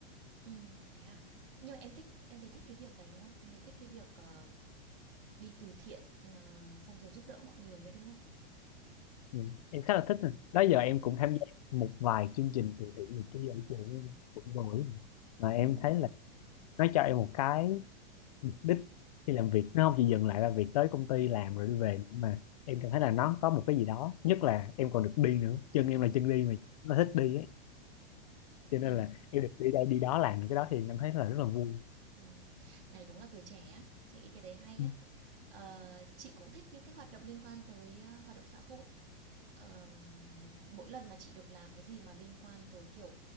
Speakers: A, on the right; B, on the left.
A: ừ, thế à? Nhưng mà em thích, em thấy thích cái việc đấy đúng không? Em thấy thích cái việc ờ, đi từ thiện ờ, xong rồi giúp đỡ mọi người đấy đúng không?
B: ừ. em khá là thích nè. đó giờ
A: Ừ,
B: em cũng tham gia một vài chương trình từ thiện này kia ở trường em cũng rồi mà
A: ừ,
B: em thấy là nó cho em một cái đích khi làm việc nó không chỉ dừng lại là việc tới công ty làm rồi đi về mà em cảm thấy là nó có một cái gì đó nhất là em còn được đi nữa chân em
A: ừ,
B: là chân đi mà nó thích đi ấy cho nên
A: ừ,
B: là em được đi đây đi đó làm những cái đó thì em cảm thấy là rất là vui
A: ừ Này đúng là tuổi trẻ á, chị nghĩ cái đấy hay
B: Ừ.
A: á Ờ, Chị cũng thích những cái hoạt động liên quan tới ờ, hoạt động xã hội Ờm, mỗi lần mà chị được làm cái gì mà liên quan tới, kiểu,